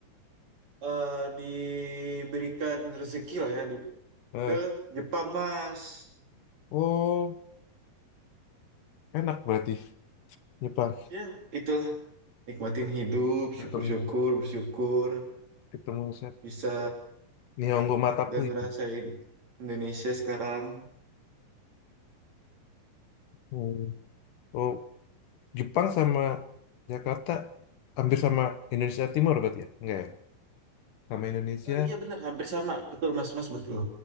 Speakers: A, on the right (about 50°); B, on the left (about 70°).
A: eh, diberikan rezeki lah ya di-
B: eh.
A: ke Jepang, Mas.
B: Oh, enak berarti. Jepang
A: Ya, itulah nikmatin hidup,
B: ketemu
A: syukur-syukur, bersyukur
B: ketemu set.
A: bisa
B: Nihongo Mataku
A: gak ngerasain
B: itu.
A: Indonesia sekarang.
B: Hmm. Oh, Jepang sama Jakarta hampir sama Indonesia Timur berarti ya? Enggak ya? Sama Indonesia?
A: Eh, iya bener, hampir sama. Betul, Mas, Mas, betul.